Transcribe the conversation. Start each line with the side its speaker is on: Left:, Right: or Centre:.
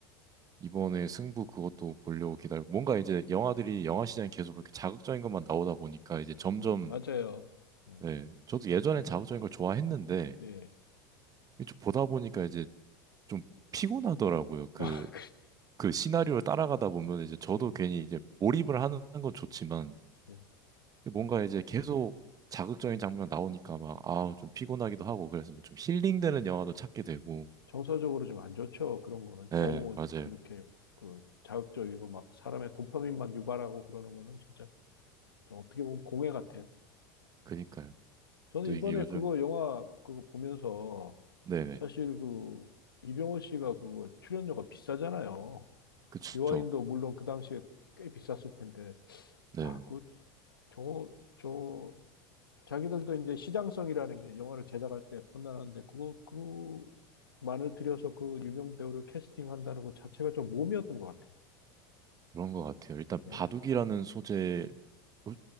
Right: 이번에 승부 그것도 보려고 기다리고 뭔가 이제 영화들이 영화 시장이 계속 그렇게 자극적인 것만 나오다 보니까 이제 점점
Left: 음, 맞아요 음,
Right: 네, 저도 예전엔 자극적인 걸 좋아했는데
Left: 예
Right: 이제 좀 보다 보니까 이제 좀 피곤하더라고요. 그
Left: <laughs> 아, 그,
Right: 그 시나리오를 따라가다 보면 이제 저도
Left: 예,
Right: 괜히 이제 몰입을 하는 건 좋지만
Left: 예.
Right: 뭔가 이제 계속 자극적인 장면 나오니까 막, 아, 좀 피곤하기도 하고, 그래서 뭐좀 힐링되는 영화도 찾게 되고.
Left: 정서적으로 좀 안 좋죠. 그런 거는
Right: 네,
Left: 너무
Right: 맞아요.
Left: 이렇게 그 자극적이고 막 사람의 도파민만 유발하고 그러는 거는 진짜 어떻게 보면 공해 같아요.
Right: 그니까요.
Left: 저는
Right: 또
Left: 이번에
Right: 이게 요즘,
Left: 그거 영화 그거 보면서
Right: 네네.
Left: 사실 그 이병헌 씨가 그거 출연료가 비싸잖아요.
Right: 그쵸.
Left: 요아인도 물론 그 당시에 꽤 비쌌을 텐데
Right: 네.
Left: 야, 그 저거 저 자기들도 이제 시장성이라는 게 영화를 제작할 때 판단하는데 그거 그 만을 들여서 그 유명 배우를 캐스팅한다는 것 자체가 좀 모험이었던 것 같아요.
Right: 그런 것 같아요. 일단
Left: 예,
Right: 바둑이라는 소재, 솔-